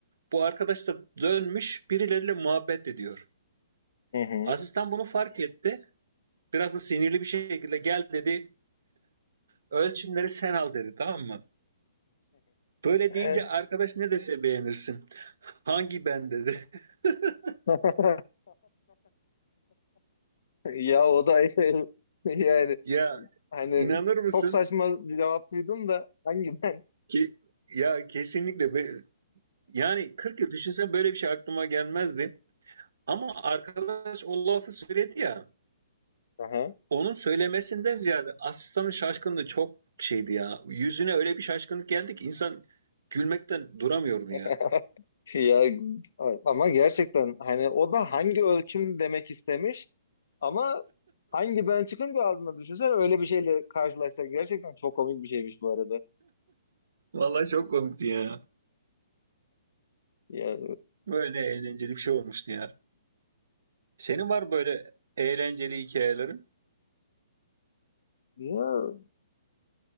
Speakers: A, on the right; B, on the left.
A: Bu arkadaş da dönmüş birileriyle muhabbet ediyor.
B: Hı hı.
A: Asistan bunu fark etti. Biraz da sinirli bir şekilde gel dedi. Ölçümleri sen al dedi tamam mı? Böyle deyince
B: E,
A: arkadaş ne dese beğenirsin. Hangi ben dedi. <laughs>
B: <laughs> Ya o da <laughs> yani
A: Ya
B: hani
A: inanır mısın
B: çok saçma bir cevap duydum da hangi ben?
A: ki ya kesinlikle be- yani 40 yıl düşünsen böyle bir şey aklıma gelmezdi. Ama arkadaş o lafı söyledi ya.
B: Aha.
A: Onun söylemesinden ziyade asistanın şaşkınlığı çok şeydi ya. Yüzüne öyle bir şaşkınlık geldi ki insan gülmekten duramıyordu
B: <laughs>
A: ya.
B: Ya evet, ama gerçekten hani o da hangi ölçüm demek istemiş ama hangi ben çıkın bir ağzına düşünsen öyle bir şeyle karşılaşsak gerçekten çok komik bir şeymiş bu arada.
A: Vallahi çok komikti ya.
B: Ya,
A: Böyle eğlenceli bir şey olmuştu ya. Senin var böyle eğlenceli hikayelerin?
B: ya